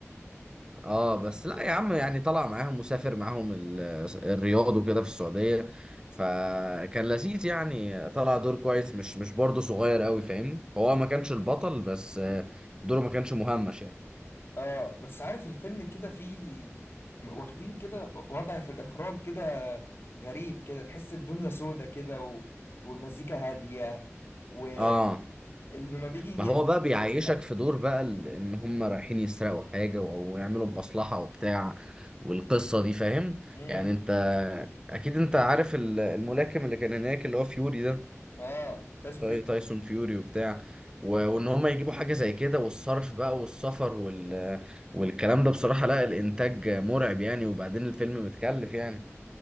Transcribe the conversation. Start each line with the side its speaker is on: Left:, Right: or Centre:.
Right: اه بس لا يا عم يعني طلع معاهم مسافر معاهم ال- الرياض وكده في السعودية فكان لذيذ يعني طلع دور كويس مش مش برضه صغير قوي فاهمني هو ما كانش البطل بس آه، دوره ما كانش مهمش يعني
Left: اه بس عارف الفيلم كده فيه م- واخدين كده وضع في الإخراج كده غريب كده تحس الدنيا سودة كده و... والمزيكا هادية ولما
Right: اه
Left: <laughs> بيجي
Right: ما هو بقى بيعيشك
Left: يطلع
Right: في دور بقى ال- ان هم رايحين يسرقوا حاجة او يعملوا مصلحة وبتاع والقصة دي فاهم
Left: امم
Right: يعني انت اكيد انت عارف ال- الملاكم اللي كان هناك اللي هو فيوري ده
Left: اه تاج فيوري
Right: تاي- تايسون فيوري وبتاع و- وان هم يجيبوا حاجه زي كده والصرف بقى والسفر وال... والكلام ده بصراحه لا الانتاج مرعب يعني وبعدين الفيلم متكلف يعني